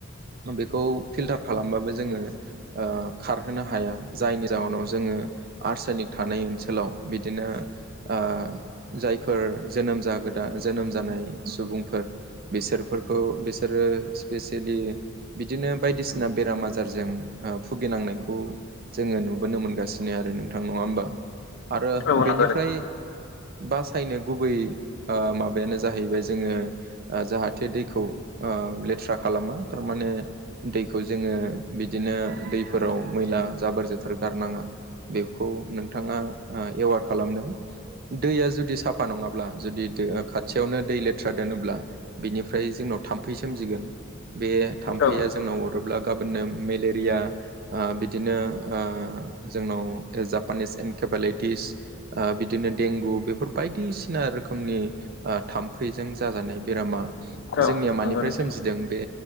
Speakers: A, on the right (about 45°); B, on the left (about 55°).
A: बेखौ फिल्टार खालामबाबो जोङो ओ-खारहोनो हाया जायनि जाहोनाव जोङो आरसायनिक थानाय ओनसोलाव बिदिनो। ओ-जायफोर जोनोम जागोदा जोनोम जानाय सुबुंफोर बिसोरफोरखौ बिसोरो स्पेसियेलि बिदिनो बायदिसिना बेराम आजारजों ओ-भुगिनांनायखौ जोङो नुबोनो मोनगासिनो आरो नोंथां नङा होमबा आरो
B: औ
A: बेनिफ्राय
B: नंगौ नोंथां
A: बासायनो गुबै ओ-माबायानो जाहैबाय जोङो ओ-जाहाथे दैखौ ओ-लेथ्रा खालामा थारमाने दैखौ जोङो बिदिनो दैफोराव मैला जाबोर जोथोर गारनाङा बेखौ नोंथाङा ओ-एवार खालामदों। दैया जुदि साफा नङाब्ला जुदि दो-ओ-खाथियावनो दै लेथ्रा दोनोब्ला बेनिफ्राय जोंनाव थाम्फै सोमजिगोन। बे थाम्फैया
B: औ
A: जोंनाव अरोब्ला गाबोननो मेलेरिया ओ-बिदिनो ओ-जोंनाव जापानिस एनकेपालायटिस। ओ-बिदिनो देंगु बेफोर बायदिसिना रोखोमनि ओ-थाम्फैजों जाजानाय बेरामा
B: औ
A: जोंनिया मानिफ्राय
B: नंगौ नोंथां
A: सोमजिदों बे